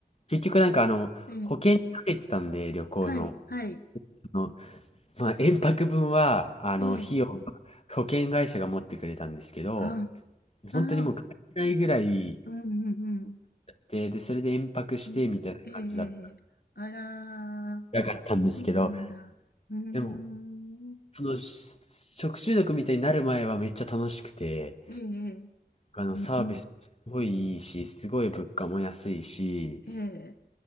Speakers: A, on the left; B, on the left.
A: 結局なんかあの、
B: ええ、
A: 保険にかけてたんで、旅行の。
B: はい、はい、
A: あの、まあ、延泊分は、あの、
B: ええ、
A: 費用は保険会社が持ってくれたんですけど、
B: あ、ああ、
A: 本当にもう帰れないぐらい
B: うんうん
A: で、で、それで延泊してみたいな感じだった。
B: うん。ねえ、ええ、あら、
A: なかったんですけど、
B: そうなんだ。うーん、
A: でも、その、し食中毒みたいになる前はめっちゃ楽しくて、
B: ええ、
A: あの、
B: うん、
A: サービスもすごいいいし、すごい物価も安いし、
B: ええ、